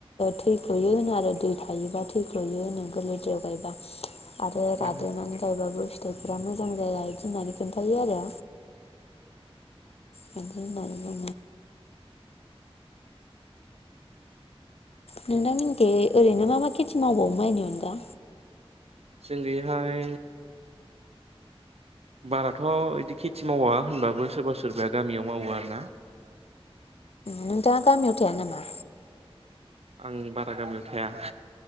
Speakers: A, on the left; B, on the right.
A: थैखयो होनो आरो दै थायोबा थैखयो होनो गोरलै दैयाव गायबा। आरो रादेनानै
B: उम
A: गायबाबो फिथाइफोरा मोजां जाया बिदि होननानै खोनन्थायो आरो। बिदि लागा नोंथांमोननिखै ओरैनो मा मा खेथि मावबावो माइनि अनगा?
B: जोंनिहाय बाराथ' इदि खेथि मावा होनबाबो सोरबा सोरबाया गामियाव मावो आरो ना
A: नोंथाङा गामियाव थाया नामा?
B: आं बारा गामियाव थाया।